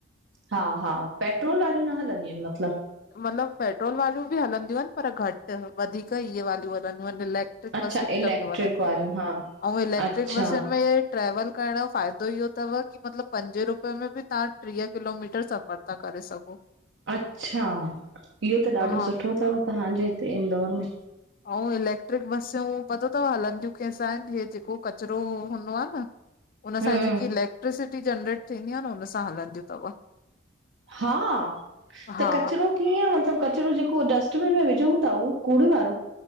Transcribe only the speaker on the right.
हा हा पेट्रोल वारियूं न हलंदियूं इनि मतलबु?
अच्छा
इलेक्ट्रिक
वारियूं हा
अच्छा
अच्छा! इह्यो त
ॾाढो सुठो तव, तव्हांजे हिते इंदौर में।
हम्म
हा! त
कचरो? कीअं मतलबु, कचरो जेको डस्टबिन में विझंऊ ता, उहो कूड़े वारो?